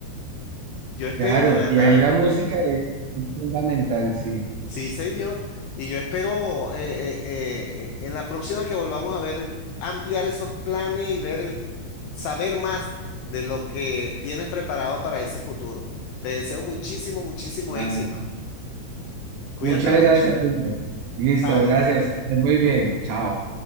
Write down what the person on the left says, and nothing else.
Yo espero
de verdad,
sí, señor. Y yo espero eh, eh, eh, eh, en la próxima que volvamos a ver, ampliar esos planes y ver, saber más de lo que tienes preparado para ese futuro. Te deseo muchísimo, muchísimo
éxito. Cuídate
mucho.
Vale.